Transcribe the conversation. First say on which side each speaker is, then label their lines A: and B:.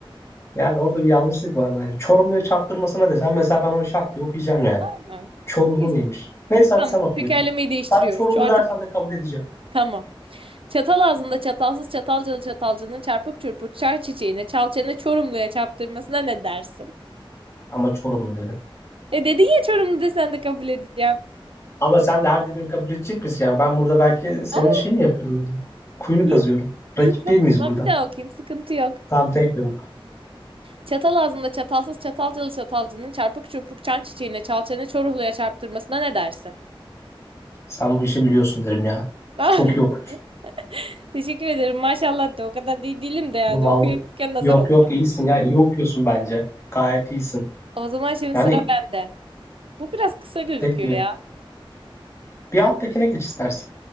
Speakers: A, on the left; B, on the right.
A: Yani orada bir yanlışlık var bence. Çorumluya çarptırmasına desen mesela ben onu şak diye okuyacağım yani.
B: Aynen.
A: Çorumlu
B: Neyse
A: neymiş? Neyse hadi
B: tamam
A: sen oku
B: tekerlemeyi
A: bir de.
B: değiştiriyoruz.
A: Sen Çorumlu
B: Şu artık
A: dersen de kabul edeceğim.
B: tamam. Çatal ağzında çatalsız çatalcalı çatalcının çarpık çırpık çar çiçeğine çalçene Çorumlu'ya çarptırmasına ne dersin?
A: Ama Çorumlu dedin.
B: E dedin ya Çorumlu desen de kabul edeceğim.
A: Ama sen de her dediğimi kabul edecek misin? Yani ben burada belki senin
B: Aa,
A: şeyini yapıyorum yani. Kuyunu
B: iyi,
A: kazıyorum. Rakip
B: iyi tamam
A: değil miyiz
B: o zaman
A: burada?
B: bir daha okuyayım sıkıntı yok.
A: Tamam tekrar oku.
B: Çatal ağzında çatalsız çatalcalı çatalcının çarpık çırpık çan çiçeğine çalçene Çorumlu'ya çarptırmasına ne dersin?
A: Sen bu işi biliyorsun derim ya.
B: <laughs>
A: Çok iyi okuyorsun.
B: Teşekkür ederim. Maşallah de o kadar değil değilim de yani
A: Vallahi
B: okuyamıyorken nazar
A: yok
B: olacağım.
A: yok iyisin ya. İyi okuyorsun bence. Gayet iyisin.
B: O zaman şimdi
A: Yani
B: sıra bende. Bu biraz kısa gözüküyor
A: peki.
B: ya.
A: Bir alttakine geç istersen.